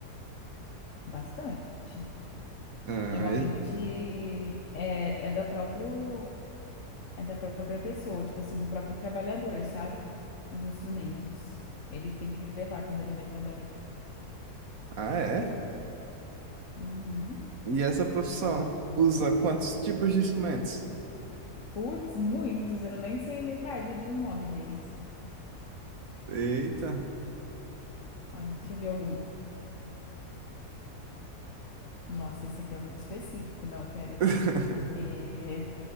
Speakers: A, on the left; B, on the right.
A: Bastante.
B: Ah,
A: Normalmente
B: e-
A: é, é da próprio, é da própria pessoa, tipo assim, do próprio trabalhador, sabe? Os instrumentos. Ele tem que levar quando ele vai trabalhar.
B: ah, é?
A: Uhum.
B: E essa profissão usa quantos tipos de instrumentos?
A: Putz, muitos, eu nem sei metade do nome deles.
B: Eita,
A: Ah, deixa eu ver algum. Nossa, esse aqui é muito específico. Não, pera.
B: <laughs>
A: É...